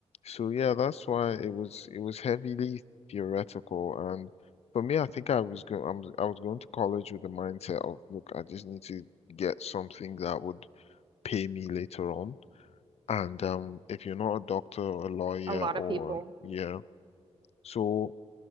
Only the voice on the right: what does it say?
A lot
of people,